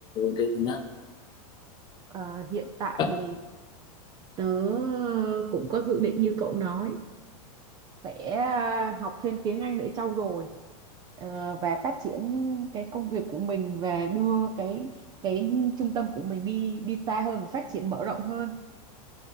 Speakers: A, on the left; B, on the right.
A: được nữa
B: ờ, hiện tại
A: có,
B: thì Tớ cũng có dự định như cậu nói sẽ à, học thêm tiếng Anh để trau dồi ờ, và phát triển cái công việc của mình và đưa cái cái trung tâm của mình đi đi xa hơn phát triển mở rộng hơn